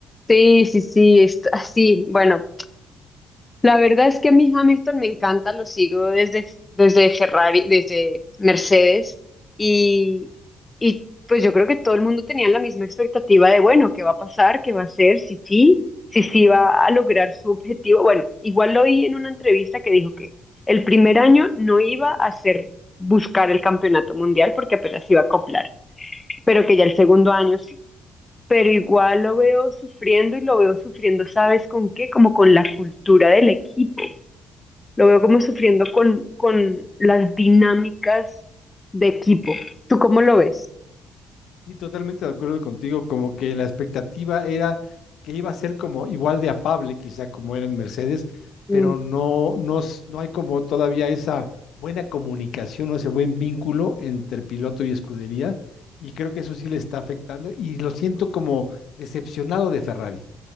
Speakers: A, on the left; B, on the left.
A: sí, sí, sí, está así. Bueno, La verdad es que a mí Hamilton me encanta, lo sigo desde, desde Ferrari, desde Mercedes y, y pues yo creo que todo el mundo tenía la misma expectativa de, bueno, ¿qué va a pasar? ¿Qué va a hacer? Si sí, si sí va a lograr su objetivo. Bueno, igual lo oí en una entrevista que dijo que el primer año no iba a hacer buscar el campeonato mundial porque apenas iba a acoplar, pero que ya el segundo año sí. Pero igual lo veo sufriendo y lo veo sufriendo, ¿sabes con qué? Como con la cultura del equipo. Lo veo como sufriendo con, con las dinámicas de equipo. ¿Tú cómo lo ves?
B: Y totalmente de acuerdo contigo, como que la expectativa era que iba a ser como igual de afable, quizá como era en Mercedes,
A: Mm.
B: pero no, no, s- no hay como todavía esa buena comunicación o ese buen vínculo entre piloto y escudería, y creo que eso sí le está afectando, y lo siento como decepcionado de Ferrari,